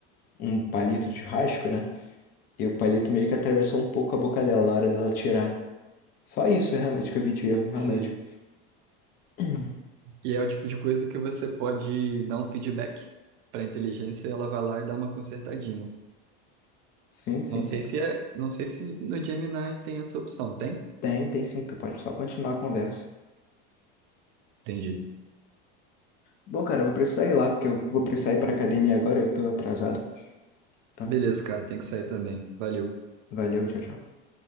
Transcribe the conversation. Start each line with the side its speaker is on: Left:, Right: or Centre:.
Left: um palito de churrasco, né? E o palito meio que atravessou um pouco a boca dela na hora dela tirar. Só isso, realmente, que eu vi de erro, realmente.
Right: Sei.
Left: <clears throat>
Right: E é o tipo de coisa que você pode dar um feedback para a inteligência e ela vai lá e dá uma consertadinha.
Left: Sim, sim.
Right: Não sei se é, não sei se no Gemini tem essa opção, tem?
Left: Tem, tem sim, tu pode só continuar a conversa.
Right: Entendi.
Left: Bom, cara, eu vou precisar ir lá, porque eu vou precisar ir pra academia agora, eu tô atrasado. Então,
Right: Beleza, cara, tem que sair também. Valeu.
Left: valeu, tchau, tchau.